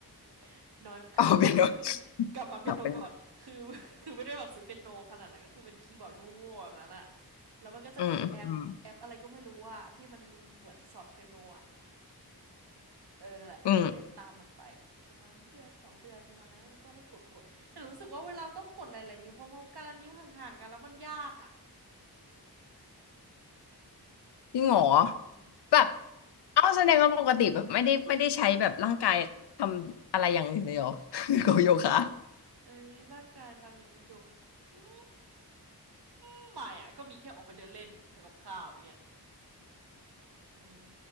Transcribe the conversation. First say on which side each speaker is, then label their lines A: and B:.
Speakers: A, on the right; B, on the left.
A: <laughs> น้อยคือคือกลับมาเปียโนก่อนคือ
B: อ๋อเป็นว่าตอบเป็น
A: <laughs> คือไม่ได้แบบซื้อเปียโนขนาดนั้นก็คือเป็นคีย์บอร์ดโง่ๆแบบนั้นอะแล้วมันก็จะมีแอปแอปอะไรก็ไม่รู้ว่าที่มันเปิดสอนเปียโนอะ
B: อืมอืมอืม
A: เออนั่นแหละแล้วก็เล่นตามมันไปประมาณเดือนสองเดือนประมาณนั้นมันก็ให้กดกดแต่รู้สึกว่าเวลาต้องกดหลายๆนิ้วพร้อมๆกันแล้วนิ้วห่างๆกันแล้วมันยากอะ
B: อืม จริงเหรอ
A: อืม
B: แบบ เอ้าแสดงว่าปกติแบบไม่ได้ไม่ได้ใช้แบบร่างกายทำอะไรอย่างอื่นเลยเหรอ <laughs> กับโยคะ
A: ใช้ร่างกายทำโยคะอืมไม่อะก็มีแค่ออกไปเดินเล่นทำกับข้าวอย่างเงี้ย เออ